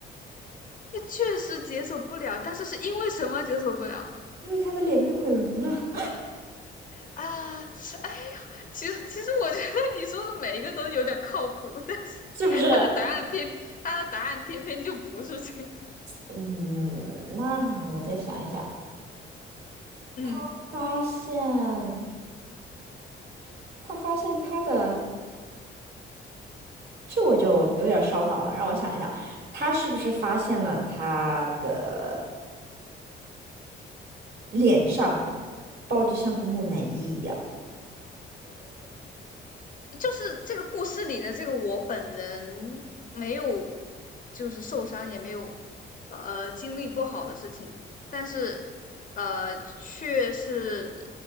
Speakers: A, on the left; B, on the right.
A: 那确实解锁不了，但是是因为什么解锁不了
B: 因为他的脸被毁容了。
A: 啊？哎呀，其实其实我觉得你说的每一个都有点靠谱，但是他的答案偏他的答案偏偏就不是这个
B: 是不是？嗯，那我再想一想，
A: 嗯。
B: 他发现他发现他的，这我就有点烧脑了，让我想一下，他是不是发现了他的脸上抱着像个木乃伊一样，
A: 就是这个故事里的这个我本人没有，就是受伤，也没有呃经历不好的事情，但是呃却是